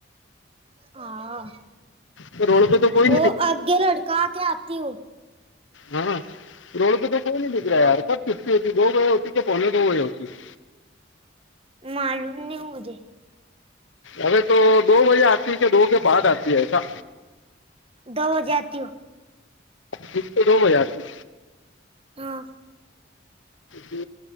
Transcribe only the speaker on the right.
हा
हो अगगे लटका क आती हो
हाँ
मालून नाही होे
दो बजे आती हू
हां